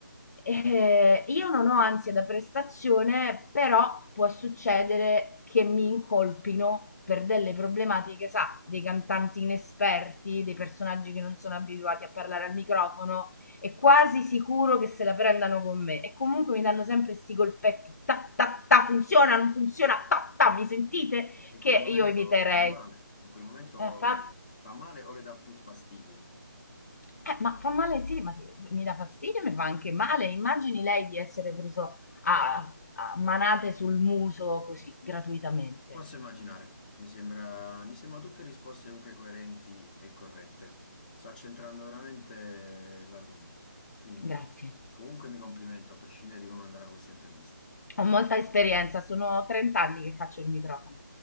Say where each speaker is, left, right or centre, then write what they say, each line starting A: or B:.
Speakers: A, on the left; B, on the left.
A: Eh, io non ho ansia da prestazione, però può succedere che mi incolpino per delle problematiche, sa, dei cantanti inesperti, dei personaggi che non sono abituati a parlare al microfono e quasi sicuro che se la prendano con me. E comunque mi danno sempre questi colpetti, ta ta ta, funziona, non funziona, ta ta, mi sentite?
B: E, e in
A: Che
B: quel momento
A: io eviterei.
B: fa male, in quel momento
A: Eh, fa
B: fa male o le dà più fastidio?
A: Eh, ma fa male sì, ma sì, mi dà fastidio, mi fa anche male. Immagini lei di essere preso a, a manate sul muso così, gratuitamente.
B: Posso immaginare, mi sembra, mi sembra tutte risposte comunque coerenti e corrette. Sta centrando veramente l'argomento. Quindi
A: Grazie.
B: comunque mi complimento a prescindere di come andrà questa intervista.
A: Ho molta esperienza, sono 30 anni che faccio il microfono,